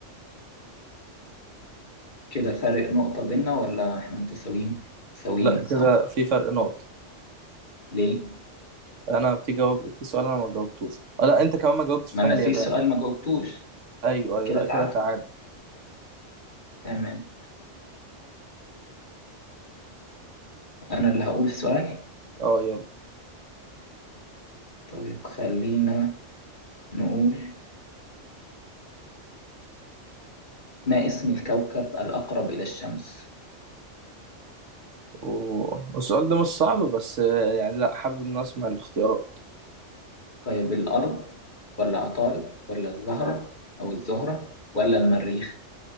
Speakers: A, on the left; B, on the right.
A: كده فارق نقطة بينا ولا إحنا متساويين؟ ساويين
B: لا كده
A: صح؟
B: في فرق نقط
A: ليه؟
B: انا في جواب في سؤال انا ما جاوبتوش آه، لا انت كمان ما جاوبتش
A: ما
B: بتاع
A: أنا
B: اليابان
A: في سؤال ما جاوبتوش
B: ايوه ايوه
A: كده
B: لا
A: تعادل
B: كده تعادل
A: تمام أنا اللي هقول السؤال
B: اه يلا
A: طيب خلينا نقول ما اسم الكوكب الأقرب إلى الشمس؟
B: و- والسؤال ده مش صعب بس آه، يعني لا حابب ان أنا اسمع الاختيارات
A: طيب الأرض ولا عطارد ولا الزهرة أو الزهرة ولا المريخ؟